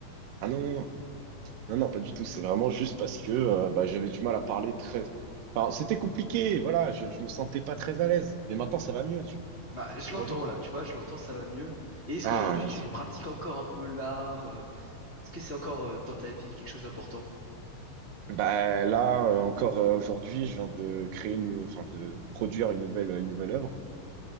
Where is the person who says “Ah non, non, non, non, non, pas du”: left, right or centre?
Right